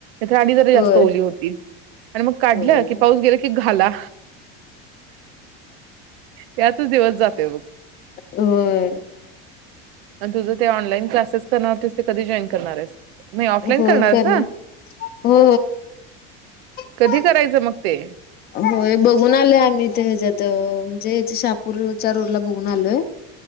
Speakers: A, on the right (about 80°); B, on the left (about 35°).
A: तर आणि जरी जास्त
B: होय
A: ओली होती आणि मग काढलं
B: होय
A: की पाऊस गेला की घाला यातच दिवस जातोय बघ
B: होय <unintelligible>
A: आणि तुझं ते ऑनलाइन क्लासेस करणार तुस ते कधी जॉईन करणार आहेस? नाही ऑफलाईन
B: हो
A: आहेस
B: करणार
A: ना
B: हो
A: कधी
B: हो
A: करायचं मग ते
B: होय बघून आलो आम्ही ते हेच्यात म्हेथ शापूरच्या रोड ला बघून आलोय